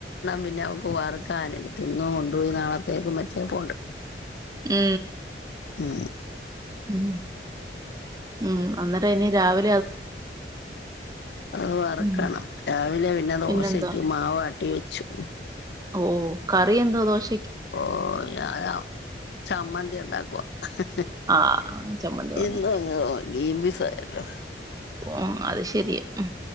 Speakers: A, on the left (about 75°); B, on the right (about 20°).
A: പിന്നെ അവക്ക് വറുക്കാനെടുത്ത് ഇന്ന് കൊണ്ട് പോയി നാളത്തേക്കും വച്ചേപോണ്ട്
B: മ്
A: മ്
B: മ് മ് അന്നേരം ഇനി രാവി
A: അത് വറക്കണം
B: ഉം
A: രാവിലെ പിന്നെ ദോശക്ക്
B: പിന്നെന്താ
A: മാവ ട്ടി വെച്ചു
B: ഓ കറി എന്തോ ദോശ
A: ഓ ഞാ ചമ്മന്തി ഒണ്ടാക്കുവാ <unintelligible>
B: ആ ചമ്മന്തി മതി
A: ഗ്രീൻപീസ് ആയല്ലോ
B: ഓ അത് ശെരിയ മ്